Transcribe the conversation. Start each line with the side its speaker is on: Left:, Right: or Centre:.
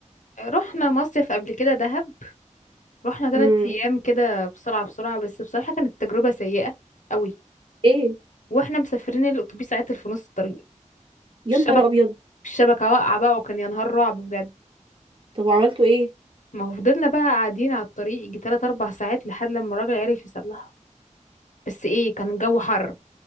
Left: رحنا مصيف قبل كده دهب رحنا ثلاث
Right: امم
Left: ايام كده بسرعة بسرعة بس بصراحة كانت تجربة سيئة قوي
Right: ايه
Left: واحنا مسافرين الاتوبيس عطل في نص الطريق
Right: يا
Left: الشبك
Right: نهار ابيض
Left: الشبكة واقعة بقى وكان يا نهار رعب بجد
Right: طب وعملتوا ايه
Left: ما هو فضلنا بقى قاعدين على الطريق يجي تلات أربع ساعات لحد لما الراجل عرف يصلحها بس ايه كان الجو حر